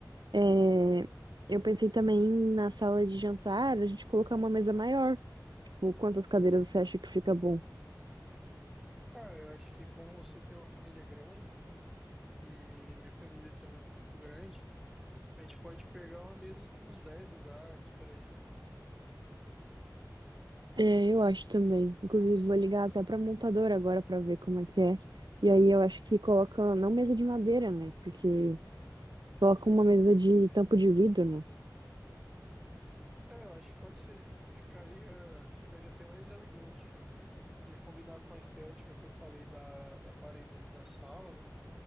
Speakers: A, on the right (about 85°); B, in the centre.
A: É, eu pensei também na sala de jantar, a gente colocar uma mesa maior. Tipo, quantas cadeiras você acha que fica bom?
B: Cara, eu acho que como você tem uma família grande, e minha família também é um pouco grande, a gente pode pegar uma mesa com uns 10 lugares por aí.
A: É, eu acho também. Inclusive, vou ligar até pra montadora agora pra ver como é que é. E aí eu acho que coloca, não mesa de madeira, né? Porque coloca uma mesa de tampo de vidro, né?
B: É, eu acho que pode ser. Ficaria, ficaria até mais elegante. Ia combinar com a estética que eu falei da, da parede ali da sala, né?